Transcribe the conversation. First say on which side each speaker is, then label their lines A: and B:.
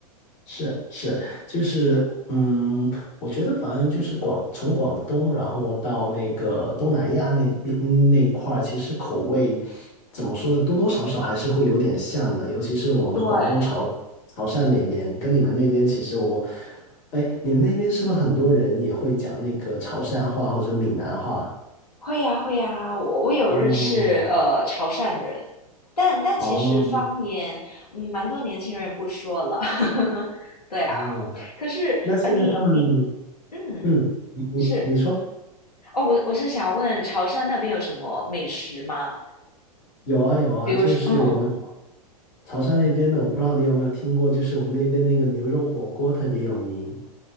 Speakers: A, on the left; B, on the left.
A: 是是，就是嗯，我觉得反正就是广从广东，然后到那个东南亚那边嗯那一块儿，其实口味怎么说呢，多多少少还是会有点像的，尤其是我们广东潮
B: 对。
A: 潮汕那边，跟你们那边其实我，哎，你们那边是不是很多人也会讲那个潮汕话或者闽南话？
B: 会呀会呀，我我有认识呃潮汕人，
A: 哦
B: 但但其实方言，
A: 哦
B: 嗯，蛮多年轻人不说了，<laughs> 对啊。
A: 哦，
B: 可是呃你你
A: 那现在他们
B: 嗯
A: 嗯，你你你说
B: 是。哦，我我是想问潮汕那边有什么美食吗？
A: 有啊有啊，
B: 比如说，
A: 就是我们。
B: 嗯，
A: 潮汕那边的，我不知道你有没有听过，就是我们那边那个牛肉火锅特别有名。